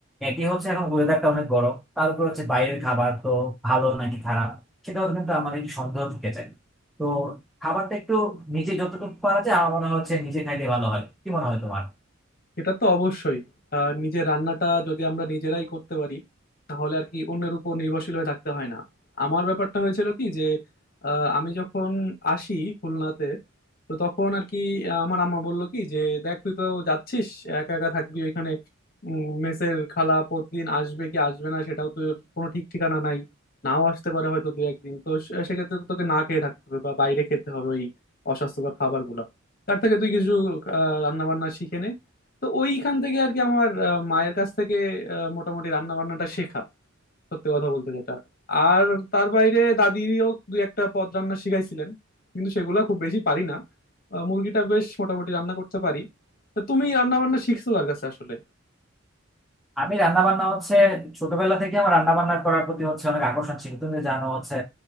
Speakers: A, in the centre; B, on the left (about 45°).
A: একই হচ্ছে এখন ওয়েদারটা অনেক গরম তার উপর হচ্ছে বাইরের খাবার তো ভালো নাকি খারাপ সেটাও কিন্তু আমাদের একটু সন্দেহ থেকে যায় তো খাবারটা একটু নিজে যতটুকু পারা যায় আমার মনে হয় হচ্ছে নিজে খাইলে ভালো হয় কি মনে হয় তোমার
B: এটা তো অবশ্যই আহ, নিজের রান্নাটা যদি আমরা নিজেরাই করতে পারি তাহলে আর কি অন্যের উপর নির্ভরশীল হয়ে থাকতে হয় না আমার ব্যাপারটা হয়েছিল কি যে আহ, আমি যখন আসি খুলনাতে তো তখন আর কি আহ, আমার আম্মা বললো কি যে দেখ তুই তো যাচ্ছিস একা একা থাকবি ওইখানে উম, মেসের খালা প্রতিদিন আসবে কি আসবে না সেটাও তোর কোনো ঠিক ঠিকানা নাই নাও আসতে পারে হয়তো দু একদিন তো সে- সেক্ষেত্রে তো তোকে না খেয়ে থাকতে হবে বা বাইরে খেতে হবে ওই অস্বাস্থ্যকর খাবারগুলো তার থেকে তুই কিছু রান্না বান্না শিখে নে তো ওইখান থেকে আর কি আমার আহ, মায়ের কাছ থেকে আহ, মোটামুটি রান্না বান্নাটা শেখা সত্যি কথা বলতে যেটা আর তার বাইরে দাদিও দুই একটা পদ রান্না শিখাইছিলেন কিন্তু সেগুলো খুব বেশি পারি না আহ, মুরগিটা বেশ মোটামুটি রান্না করতে পারি তা তুমি রান্না বান্না শিখছো কার কাছে আসলে
A: আমি রান্না বান্না হচ্ছে ছোটবেলা থেকে আমার রান্না বান্না করার প্রতি হচ্ছে অনেক আকর্ষণ ছিল তুমি তো জানো হচ্ছে